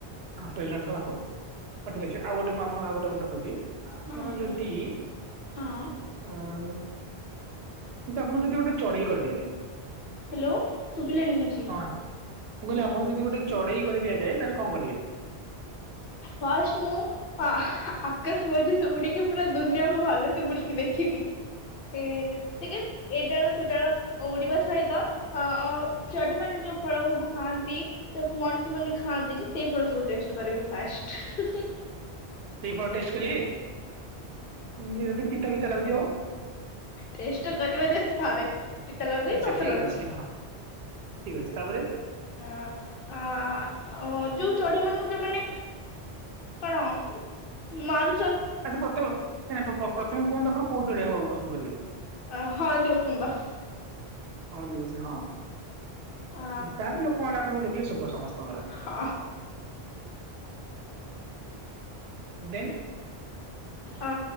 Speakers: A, on the right; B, on the left.
A: ଅହଁ ସଇଲାଣି ତ ହଉ ହ ଠିକ୍ ଅଛି ଆଉ ଗୋଟେ ମୁଁ ଆପଣଙ୍କୁ ଆଉ ଗୋଟେ କଥା କୋହୁଚି ଆପଣ
B: ହଁ
A: ଯଦି
B: କୁହନ୍ତୁ ହଁ
A: ଅ ଅତି ଆପଣଙ୍କୁ ଯତି ଗୋଟେ ଚଡ଼େଇ କରିଦିଆଯାଏ
B: ହେଲୋ ଶୁବିଲାନି କିଛି।
A: ହଁ ମୁଁ କହିଲି ଆପଣଙ୍କୁ ଯଦି ଗୋଟେ ଚଡ଼େଇ କରିଦିଆଯାଏ ତାହେଲେ କଣ କରିବେ?
B: ଫାଷ୍ଟ୍ ମୁଁ ଅ ଆକାଶ ପର୍ଯ୍ୟନ୍ତ ଉଡି଼କି ପୁରା ଦୁନିଆକୁ ଭଲସେ ବୁଲିକି ଦେଖି ବି ଏ ଟିକେ ଏ ଡାଳ ସେ ଡାଳ ଓଡି଼ବା ସହିତ ଅଁ ଅଁ ଚଢ଼େଇମାନେ ଯୋଉ ଫଳ ସବୁ ଖାଆନ୍ତି ତାକୁ ମଣିଷ ମାନେ ଖାଆ ନ୍ତିନି ସେଇ ଫଳ ସବୁ ଟେଷ୍ଟ୍ କରିବି ଫାଷ୍ଟ୍।
A: ସେଇ ଫଳ ଟେଷ୍ଟ୍ କରିଏ ଏମତି ଯଦି ପିତା ପିତା ଲାଗୁଥିବ?
B: ଟେଷ୍ଟ୍ ତ କରିବାର ଅଛି ଥରେ ପିତା ଲାଗୁ କି
A: ଆଚ୍ଛା
B: କଷା
A: ଠିକ
B: ଲାଗୁ।
A: ଅଛି ହଁ ଠିକ ଅଛି ତାପରେ
B: ଆ ଆ ଯୋଉ ଚଢ଼େଇ ମାନଙ୍କୁ ଯୋଉ ମାନେ କଣ ମାରୁ
A: ଆଛା, ପ୍ରଥମେ ପ୍ରଥମେ କୁହନ୍ତୁ ଆପଣ କୋଉ ଚଢ଼େଇ ହବକୁ ପସନ୍ଦ କରିବେ?
B: ଅ ହଳଦୀବସନ୍ତ
A: ହଳଦୀବସନ୍ତ ହଁ
B: ଆ
A: ତାହେଲେ ଲୋକମାନେ ଆପଣଙ୍କୁ ଦେଖିଲେ ଶୁଭ। ସମସ୍ତଙ୍କର,
B: ଅ
A: ଦେନ
B: ଅ